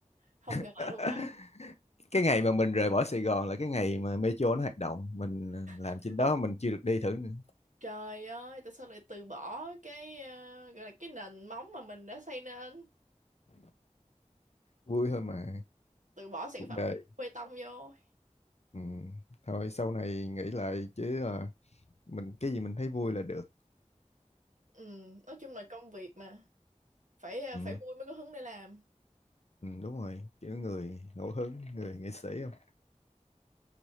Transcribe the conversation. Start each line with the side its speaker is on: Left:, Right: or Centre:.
Right: Không
Left: <laughs>
Right: ngờ luôn á.
Left: cái ngày mà mình rời bỏ Sài Gòn là cái ngày mà Metro nó hoạt động mình làm
Right: <laughs>
Left: trên đó mình chưa được đi thử nữa
Right: Trời ơi, tại sao lại từ bỏ cái ờ, gọi là cái nền móng mà mình đã xây nên,
Left: vui thôi mà
Right: từ bỏ sản
Left: cuộc
Right: phẩm
Left: đời
Right: mình đổ bê tông vô.
Left: ừ. thôi sau này nghĩ lại chứ à, mình cái gì mình thấy vui là được
Right: Ừ, nói chung là công việc mà. phải ờ,
Left: ừ.
Right: phải vui mới có hứng để làm
Left: Ừ, đúng rồi kiểu người ngẫu hứng người nghệ sĩ không